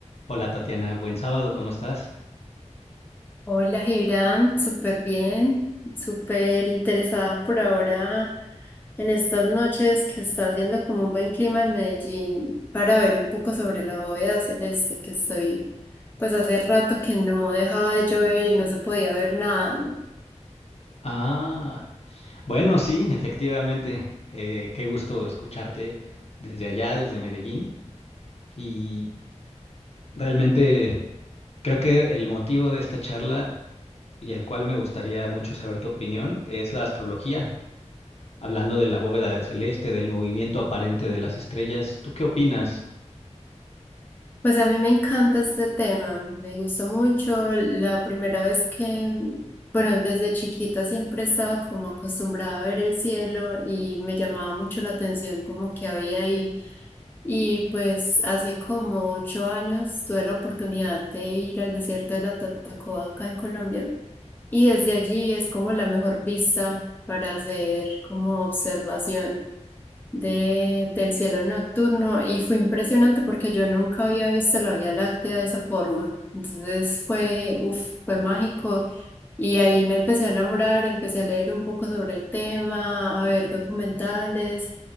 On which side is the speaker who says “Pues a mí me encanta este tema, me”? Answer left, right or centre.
Left